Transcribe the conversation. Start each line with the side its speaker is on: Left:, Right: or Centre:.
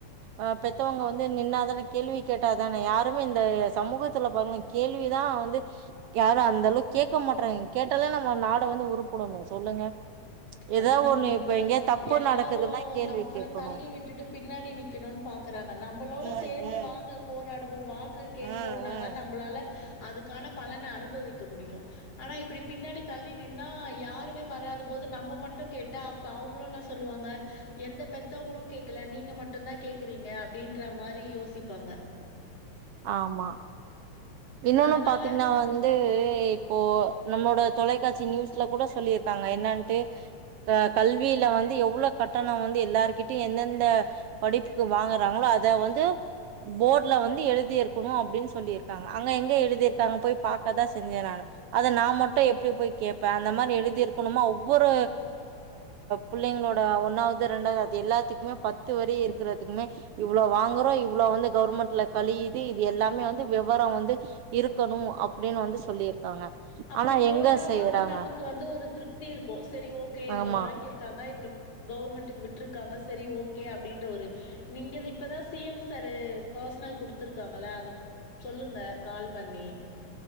Right: அஹ் பெத்தவங்க வந்து நின்னாதானே கேள்வி கேட்டாதானே யாருமே இந்த சமூகத்துல பாங்க கேள்விதான் வந்து யாரும் அந்த அளவுக்கு கே கேக்கும் மாட்டறாங்க கேட்டாலே நம்ம நாடு வந்து உருப்புடும் சொல்லுங்க ஏதா
Left: அதுனா
Right: ஒண்ணு
Left: உண்ம
Right: இப்ப எங்கயா
Left: தான்
Right: தப்பு
Left: எல்லாரும்
Right: நடக்குதுன்னா கேள்வி
Left: நம்மள
Right: கேட்கணு
Left: தள்ளி விட்டுட்டு பின்னாடி நிக்கணும்னு பா நம்மளோட
Right: ம்
Left: சேர்ந்து
Right: ம்
Left: வாங்க போராடும் வாங் மக்கள் கேப்போம்
Right: ம்
Left: இன்னாதான்
Right: ம்
Left: நம்மளால அதுக்கான பலன அனுபவிக்க முடியும் ஆனா இப்புடி பின்னாடி தள்ளி நின்னா யாருமே வராத போது நம்ம மட்டும் கேட்டா அப்ப அவங்களும் என்ன சொல்லுவாங்க எந்த பெத்தவங்களும் கேடக்கல நீங்க மட்டும்தான் கேக்குறீங்க அப்டின்ற மாரி யோசிப்பாங்க
Right: ஆமா இன்னொன்னு
Left: அதனால
Right: பாத்தீங்கன்னா வந்து இப்போ நம்மளோட தொலைக்காட்சி நியூஸ்ல கூட சொல்லியிருக்காங்க என்னட்டு கல்வியில வந்து எவ்வளவு கட்டணம் வந்து எல்லாருகிட்டயு எந்தெந்த படிப்புக்கு வாங்குறாங்களோ அத வந்து போர்ட்ல வந்து எழுதியிருக்கணும் அப்படின்னு சொல்லியிருக்காங்க அங்க எங்க எழுதியிருங்க போய் பாக்கதான் செஞ்சேன் நானு அத நான் மட்டும் எப்படி போய் கேடப்பேன் அந்த மாதிரி எழுதி ருக்கணுமா ஒவ்வொரு பிள்ளைங்களோட ஒண்ணாவது ரெண்டாவது அது எல்லாத்துக்குமே பத்து வரி இருக்கறிறதுக்குமே இவ்ளோ வாங்குறோம் இவளோ வந்து கவர்மெண்ட்ல கழியுது இது எல்லாமே வந்து விவரம் வந்து இருக்கணும் அப்படின்னு வந்து சொல்லியிருக்காங்க
Left: அப்படி
Right: ஆனா
Left: போட்டாவது
Right: எங்க செய்யறாங்க
Left: நமக்கு வந்து ஒரு திருப்தி இருக்கும் சரி ஓகே இவ்வளவு
Right: ஆமா
Left: வாங்கியிருக்காங்க இவ்ளவு கவுர்மெண்ட்டக்கு விட்டுிருக்காங்க சரி ஓகே அப்படின்ற ஒரு நீங்க இப்பதான் சிஎம் சரு பர்சனல் குடுத்துருக்காங்கள அத சொல்லுங்க கால் பண்ணி